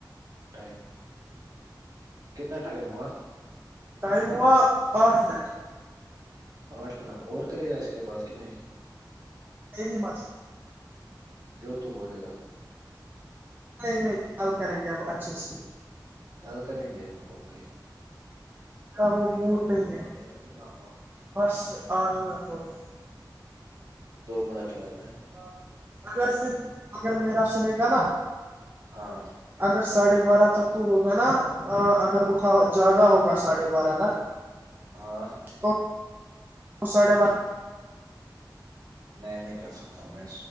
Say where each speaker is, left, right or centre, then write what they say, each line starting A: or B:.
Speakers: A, on the right; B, on the right.
A: ٹائم کتنا ٹائم ہوا
B: ائم وہا آٹ پٹ
A: آٹھ منٹ اور کرے گا اس کے بعد کہ نہیں
B: یہ بھی مر <unintelligible>
A: جو تو بولے گا
B: نہیں نہیں کل کریں گا وہ اچھے سے <unintelligible>
A: آلکار گے <unintelligible>
B: ہاں وہ
A: کتنا
B: مڈ
A: ٹائم
B: نہیں
A: ہوا
B: ہے
A: ٹائم کتنا ہوا
B: پرس سے آٹھ منٹ ہو گئے <unintelligible>
A: دو منٹا ہے <unintelligible>
B: ہ اگر سے اگر میرا سنے گا نا
A: ہاں
B: اگر ساڑھے بارہ تک تو ہوگا نا اگر اٹھا جگہ ہوگا ساڑھے بارہ تک
A: ہ <unintelligible>
B: تو ساھے بچ <inaudible> <unintelligible>
A: میں نہیں کر سکتا ہوں میں